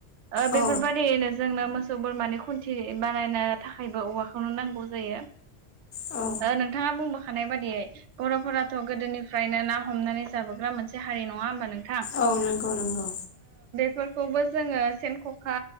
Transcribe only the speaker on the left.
औ
औ
औ नंगौ नंगौ।